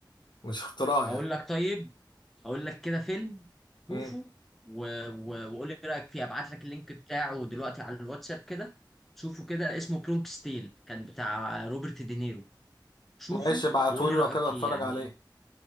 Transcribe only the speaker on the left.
مش اختراع
يعني
مم.
ماشي ابعتهولي
لو كده
اتفرج
عليه